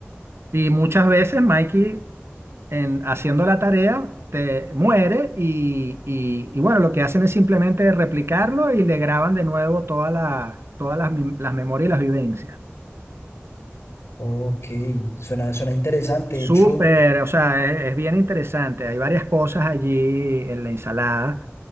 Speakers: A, on the right; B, on the left.
A: Y muchas veces Mikey, en, haciendo la tarea, te muere y, y- y bueno, lo que hacen es simplemente replicarlo y le graban de nuevo todas las todas las, mem- las memorias y las vivencias.
B: Ok, suena, suena interesante.
A: Súper,
B: De hecho,
A: o sea, es, es bien interesante. Hay varias cosas allí en la ensalada.